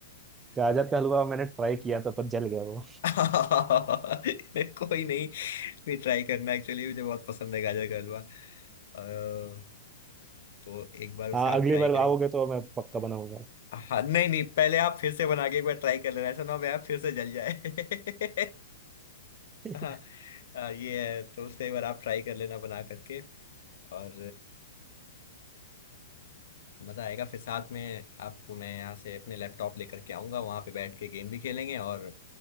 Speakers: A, on the right; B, on the left.
A: गाजर का हलवा मैंने ट्राई किया था पर जल गया वो
B: <laughs> कोई नहीं फिर ट्राई करना एक्चुअली मुझे बहुत पसंद है गाजर का हलवा अ, तो एक बार उसे
A: हाँ
B: आप
A: अगली
B: ट्राई
A: बार
B: करें
A: आओगे तो मैं पक्का बनाऊंगा
B: हाँ नहीं नहीं पहले आप फिर से बना के एक बार ट्राई कर लेना ऐसा ना हो भाई आप फिर से जल जाए <laughs>
A: <laughs>
B: हाँ अ, ये है तो उसको एक बार आप ट्राई कर लेना बना करके और मज़ा आएगा फिर साथ में आपको मैं यहाँ से अपने लैपटॉप लेकर के आऊँगा वहाँ पे बैठ के गेम भी खेलेंगे और